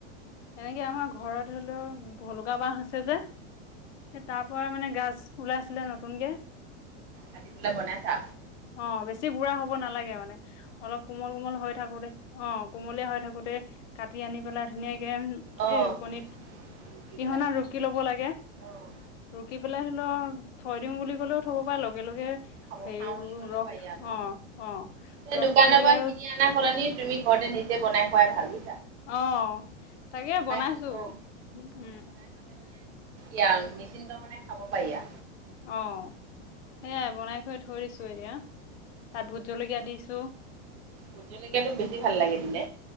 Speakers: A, on the left; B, on the right.
A: এনেক আমাৰ ঘৰত ধৰি লও ভলুকা বাঁহ হৈছে যে তাৰ পৰা মানে গাজ ওলাইছিলে নতুনকৈ
B: কাটি পেলাই বনাইছা
A: অ বুঢ়া হব নালাগে অলপ কোমল কোমল হৈ থাকোতে অ কোমলে হৈ থাকোতে কাটি আনি পেলাই ধুনীয়াকে
B: অ'
A: এই ৰুকনিত
B: পিচি
A: পিহনাত
B: পেলাই
A: ৰুকি ল'ব লাগে
B: অ'
A: ৰুকি পেলাই ছয় দিং বুলি ও
B: অ'
A: থব প লগে লগে
B: খাব
A: সেইবোৰ
B: খাওঁ বুলি ক'লেও
A: ৰস
B: পাৰি আৰু
A: অ অ
B: এই
A: ৰসটো
B: দোকানৰ
A: উলিয়াই
B: পৰা কিনি অনা সলনি তুমি ঘৰতে নিজে বনাই খোৱাই ভালো
A: আহ তাকে বনাইছো
B: অ
A: উম।
B: ই নিশ্চিন্ত মানে খাব পাৰিয়া।
A: অ সেইয়াই বনাই কৰি থৈ দিছো এতিয়া। তাত ভোত জলকীয়া দিছ
B: অ জলকীয়াাতটো বেছি ভাল লাগে দিলে।